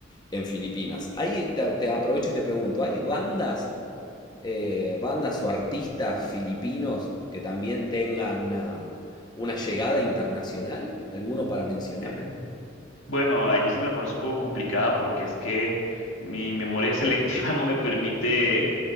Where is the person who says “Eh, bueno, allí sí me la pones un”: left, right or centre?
Left